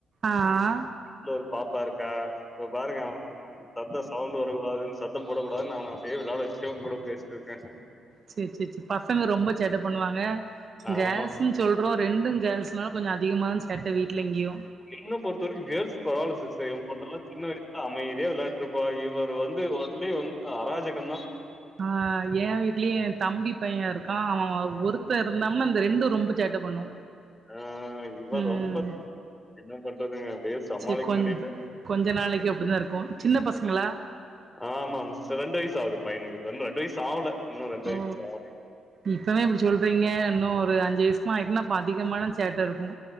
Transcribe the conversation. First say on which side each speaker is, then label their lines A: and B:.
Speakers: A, on the right; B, on the left.
A: ஆஆ
B: இன்னொரு பாப்பா இருக்கா இப்ப பாருங்க <inaudible> சத்தோ சவுண்ட் வரக்கூடாது சத்தம் போடக்கூடாதுனு அவன அப்டியே விளாட வச்சுட்டே உங்ககூட பேசிட்ருக்க
A: செர் செர் செரி பசங்க ரொம்ப சேட்ட பண்ணுவாங்க கேர்ள்ஸு
B: ஆமா
A: சொல்றோ ரெண்டு கேர்ள்ஸ்னால கொஞ்சோ அதிகமாக தா சேட்ட வீட்ல இங்யு
B: என்ன பொறுத்த வரைக்கு கேர்ள்ஸ் பரவால சிஸ்டர் எ பொண்ணல்லா சின்ன வயசுல அமைதியா விளாட்டுருப் இப்ப இவர் வந்து ஒன்லி வந்து அராஜகந்தா
A: ஆ ஏ வீ ட்லயு எ தம்பி பைய இருக்கா அவ ஒருத்த இருந்தாம்னா இந்த ரெண்டு ரொம்ப சேட்ட பண்ணு
B: ஆ இவ
A: ம்
B: ரொம்ப என்ன பண்றதுங்க அப்டியே சமாளிக்க
A: சேரி கொஞ்
B: முடியல
A: கொஞ்ச நாளைக்கு
B: ம்.
A: அப்டிதா இருக்கு சின்ன பசங்களா
B: ஆமா மிஸ்டர் ரெண்டு வயசு ஆவுது பையனுக்கு இன்னு ரெண்டு வயசு ஆவல இன்னு ரெண்டு வயசு
A: ஓ
B: கூட ஆகல.
A: இப்பவே இப்டி சொல் றீங்க இன்னு ஒரு அஞ்சு வயஷ்மா ஆயிட்ன்னா அப்ப அதிகமான சேட்டருக்கு